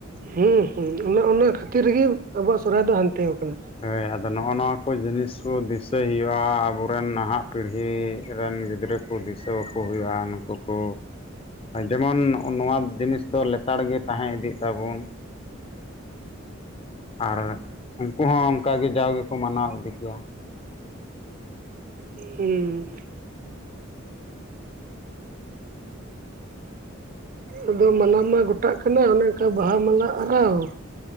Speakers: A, on the right (about 45°); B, on the left (about 30°).
A: ᱦᱮᱸ ᱦᱮᱸ ᱚᱱᱮ ᱚᱱᱟ ᱠᱷᱟᱹᱛᱤᱨᱜᱤ ᱟᱵᱩᱣᱟᱜ ᱥᱚᱨᱦᱟᱭ ᱫᱚ ᱦᱟᱱᱛᱮ ᱟᱠᱟᱱᱟ ᱾
B: ᱦᱮᱭ ᱟᱫᱚ ᱱᱚᱜᱼᱚ ᱱᱚᱣᱟ ᱠᱚ ᱡᱤᱱᱤᱥ ᱠᱚ ᱫᱤᱥᱟᱹᱭ ᱦᱩᱭᱩᱜᱼᱟ ᱟᱵᱚᱨᱮᱱ ᱱᱟᱦᱟᱜ ᱯᱤᱲᱦᱤ ᱨᱮᱱ ᱜᱤᱫᱽᱨᱟᱹ ᱠᱩ ᱫᱤᱥᱟᱹᱣᱟᱠᱚ ᱦᱩᱭᱩᱜᱼᱟ ᱱᱩᱠᱩ ᱠᱚ ᱡᱮᱢᱚᱱ ᱱᱚᱣᱟ ᱡᱤᱱᱤᱥ ᱫᱚ ᱞᱮᱛᱟᱲ ᱜᱮ ᱛᱟᱦᱮᱸ ᱤᱫᱤᱜ ᱛᱟᱵᱚᱱ ᱟᱨ ᱩᱱᱠᱩ ᱦᱚᱸ ᱚᱱᱠᱟᱜ ᱜᱮ ᱡᱟᱣ ᱜᱮᱠᱚ ᱢᱟᱱᱟᱣ ᱤᱫᱤ ᱠᱮᱭᱟ ᱾
A: ᱦᱩᱸ ᱟᱫᱚ ᱢᱟᱱᱟ ᱢᱟ ᱜᱚᱴᱟᱜ ᱠᱟᱱᱟ ᱚᱱᱮ ᱚᱱᱠᱟ ᱵᱟᱦᱟ ᱢᱟᱞᱟ ᱟᱨᱟᱣ ᱾